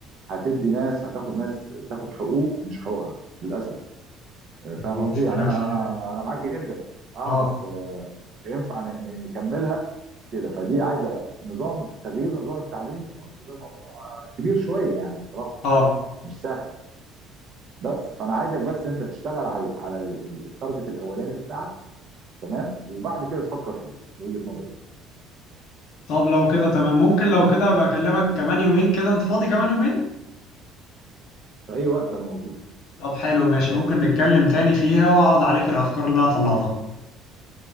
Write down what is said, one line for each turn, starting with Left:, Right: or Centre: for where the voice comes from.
Right: هتدي ناس هتاخد ناس تاخد حقوق مش حقوقها للاسف آه، فاهم
Left: دي مشكلة
Right: قصدي يعني انا
Left: فيها
Right: انا انا معاك جدا اه
Left: اه
Right: بس آه، مش هينفع ن- ن- نكملها كده فدي عايزه نظام تغيير نظام التعليم في مصر ده موضوع آه، كبير شويه يعني بصراحه
Left: اه
Right: مش سهل بس فانا عايزك بس انت تشتغل على على ال- ال- التارجت الاولاني بتاعك تمام وبعد كده تفكر فيه من وجهه نظري يعني
Left: طب لو كده تمام ممكن لو كده ابقى اكلمك كمان يومين كده انت فاضي كمان يومين
Right: في اي وقت انا موجود
Left: طب حلو
Right: أنا
Left: ماشي
Right: جاهز
Left: ممكن نتكلم
Right: يعني
Left: تاني فيها واعرض عليك الافكار اللي انا طلعتها